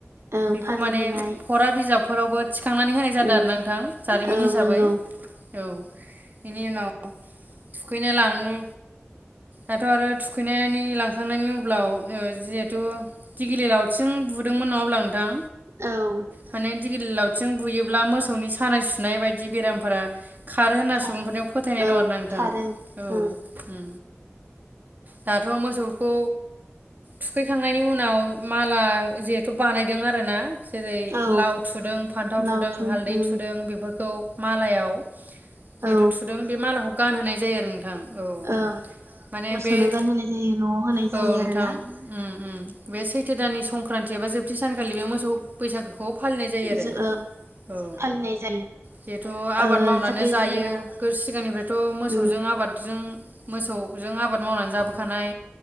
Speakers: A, on the right (about 80°); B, on the right (about 40°).
A: ओं
B: बेखौ
A: फालिबोनाय
B: माने फरा बिजाब फोरावबो थिखांनानै होनाय जादों
A: उम
B: आरो ना नोंथां जारिमिन
A: औ
B: हिसाबै
A: नंगौ
B: औ बेनि उनाव थुखैनो लाङो दाथ आरो थुखैनायनि लांखांनायनि उब्लाव ओ जिहेथु दिगिलि लावथिंजों बुदोंमोन नङाब्ला नोंथां
A: औ
B: माने दिगिलि लावथिजों बुयोब्ला मोसौनि सानाय सुनाय बायदि बेराम फोरा खारो होनना
A: खारो
B: सुबुंफोरनियाव फोथायनाय दं
A: ओं
B: आरो ना नोंथां
A: खारो
B: औ औ
A: ओं
B: उम दाथ मोसौखौ थुखैखांनायनि उनाव माला जिहेथु बानायदों आरोना जेरै
A: औ
B: लाव थुदों फान्थाव
A: लावथुम
B: थुदों हालदै
A: उम
B: थुदों बेफोरखौ मालायाव जिहेथु
A: औ
B: थुदों बे मालाखौ गानहोनाय जायो आरो नोंथां औ
A: ओं
B: माने
A: मोसौनो
B: बे
A: गान होनाय जायो नआव होनाय
B: औ
A: जायो
B: नोंथां
A: आरोना
B: उम उम बे सैथो दाननि संक्रांन्ति एबा जोबथि सानखालि बे मोसौ बैसागो खौ फालिनाय जायो आरो
A: जो ओ
B: औ
A: फालिनाय जायो
B: जिहेथु आबाद
A: ओ
B: मावनानो
A: जाहाथे
B: जायो
A: जोंना
B: सिगांनिफ्रायथ मोसौजों
A: उम
B: आबादजों मोसौजों आबाद मावनानै जाब बोखानाय